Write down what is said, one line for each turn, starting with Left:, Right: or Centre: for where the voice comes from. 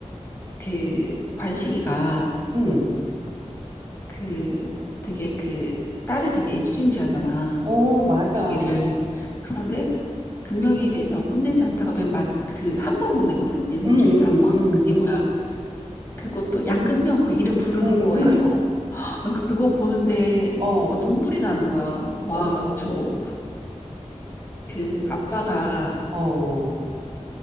Left: 그 관식이가
Right: 응.
Left: 그 되게 그 딸을 되게 애지중지하잖아.
Right: 어, 맞아.
Left: 금명이를. 그런데 금명이에 대해서 혼내지 않다가 맨 마지 그한 번 혼내거든. 인생
Right: 응, 응,
Left: 중에서 한 번.
Right: 응,
Left: 그게
Right: 응.
Left: 뭐야? 그것도 양금명 그 이름 부르는
Right: 응,
Left: 거에서
Right: 그거.
Left: 어, 나 그거 보는데
Right: 어,
Left: 뭐 눈물이 나는 거야. 와,
Right: 어,
Left: 저 그 아빠가
Right: 어.